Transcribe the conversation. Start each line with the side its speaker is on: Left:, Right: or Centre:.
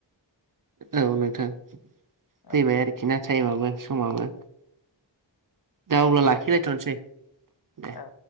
Right: औ नोंथां फैबाय
Left: औ
Right: आरोखि ना टाइमाबो समाबो दा
Left: दे
Right: अब्ला
Left: होमबा
Right: लाखिलायथ'नोसै
Left: नोंथां
Right: दे।
Left: औ